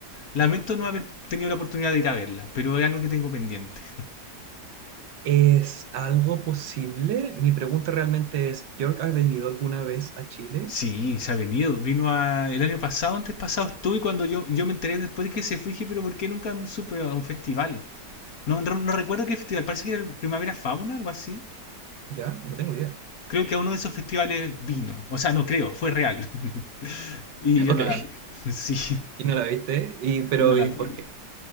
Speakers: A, on the left; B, on the right.
A: Lamento no haber tenido la oportunidad de ir a verla, pero es algo que tengo pendiente.
B: ¿Es algo posible? Mi pregunta realmente es, ¿Björk ha venido alguna vez a Chile?
A: Sí, se ha venido. Vino a- el año pasado, antes pasado estuve cuando yo, yo me enteré después de que se fue y dije, pero ¿por qué nunca supe a un festival? No, no, no recuerdo qué festival, parece que era el Primavera Fauna, algo así.
B: Ya, no tengo idea.
A: Creo que a uno de esos festivales vino. O sea, no creo, fue real. <laughs> y
B: <laughs>
A: yo
B: Ok,
A: no la vi. <laughs> Sí,
B: y no la viste, y, pero
A: no la
B: ¿y
A: vi.
B: por qué?